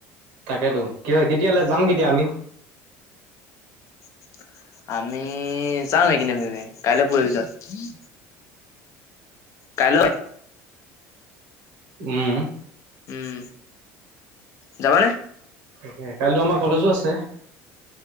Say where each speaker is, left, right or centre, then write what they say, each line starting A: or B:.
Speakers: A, on the right (about 80°); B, on the left (about 50°).
A: তাকেতো কি হয় কেতিয়ালৈ যাম কেতিয়া আমি
B: <unintelligible> আমি যাম এইকেইদিনৰ কাইলৈ পৰ ভিিতৰত হম কাইলৈ-
A: উম।
B: উম যাবানে?
A: তাকে কাইলেটো আমাৰ কলেজো আছে?